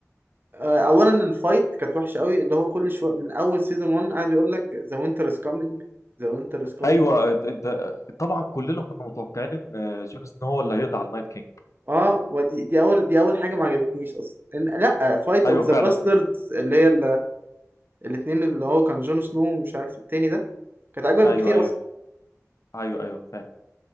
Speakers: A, on the right; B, on the left.
A: آه، اولا الفايت كانت وحشه قوي اللي هو كل شويه من اول سيزون 1 قاعد يقول لك ذا وينتر از كامينج ذا وينتر از كامينج
B: ايوه آه، انت آه، طبعا كلنا كنا متوقعين ان آه، جون سنو هو اللي هيقضي على النايت كينج
A: اه ودي دي اول دي اول حاجه ما عجبتنيش اصلا إن- لا فايت
B: ايوه
A: اوف
B: فعلا
A: ذا باستردز اللي هي ال- الاتنين اللي هو كان جون سنو ومش عارف التاني ده كانت اكبر بكتير
B: ايوه ايوه
A: اصلا
B: ايوه ايوه فعلا